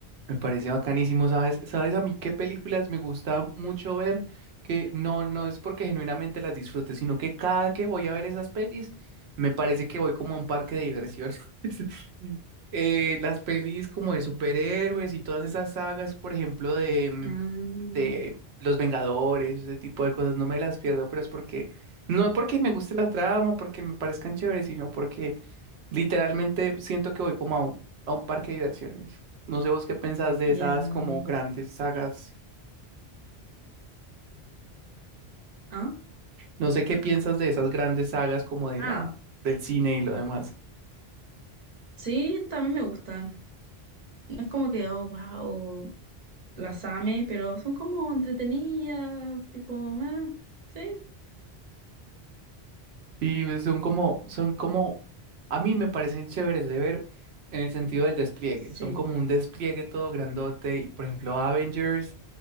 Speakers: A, on the right; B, on the right.
A: Me parece bacanísimo, ¿sabes? ¿Sabes a mí qué películas me gusta mucho ver? Que no, no es porque genuinamente las disfrute, sino que cada que voy a ver esas pelis, me parece que voy como a un parque de diversiones. <laughs> Eh, las pelis como de superhéroes y todas esas sagas, por ejemplo, de, mm,
B: Ah,
A: de Los Vengadores, ese tipo de cosas, no me las pierdo, pero es porque, no porque me guste la trama, porque me parezcan chéveres, sino porque literalmente siento que voy como a un, a un parque de diversiones. No sé vos qué pensás de
B: ya.
A: esas como grandes sagas,
B: Ah,
A: no sé qué piensas de esas grandes sagas como de
B: ah,
A: la, del cine y lo demás.
B: sí, también me gustan. No es como que, oh, wow. las ame, pero son como entretenidas, tipo, ah, sí,
A: Sí, pues, son como, son como, a mí me parecen chéveres de ver en el sentido del despliegue.
B: sí.
A: Son como un despliegue todo grandote. Y, por ejemplo, Avengers